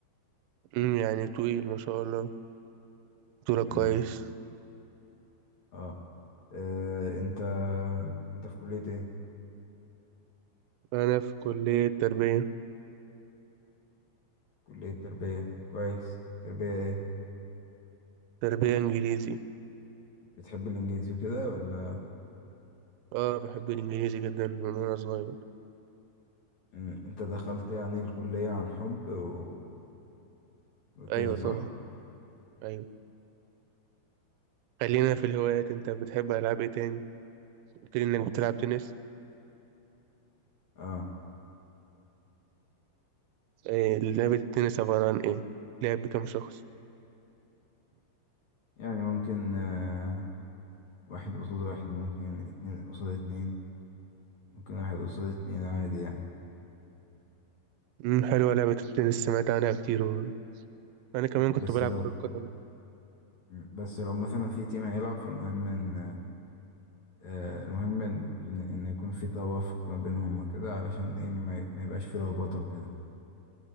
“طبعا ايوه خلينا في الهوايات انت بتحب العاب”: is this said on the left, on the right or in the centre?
Right